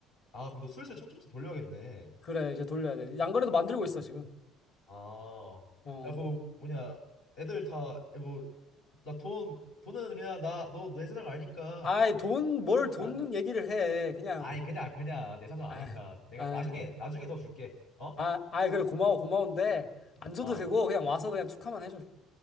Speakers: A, on the left; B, on the left.
A: 아, 그럼 너 슬슬 청첩지 돌려야겠네.
B: 그래, 이제 돌려야 돼. 양거래도 만들고 있어, 지금.
A: 아,
B: 어.
A: 야, 그 뭐냐, 애들 다 뭐 나 돈, 돈은 그냥 나 너 내 사정 아니까.
B: 아이, 돈, 뭘 돈
A: 아,
B: 얘기를 해. 그냥,
A: 아니 그냥 그냥 내 사정 아니까.
B: 아,
A: 내가
B: 아,
A: 나중에 나중에 더 줄게. 어?
B: 아, 아, 그래, 고마워, 고마운데, 안 줘도
A: 어.
B: 되고, 그냥 와서 그냥 축하만 해줘.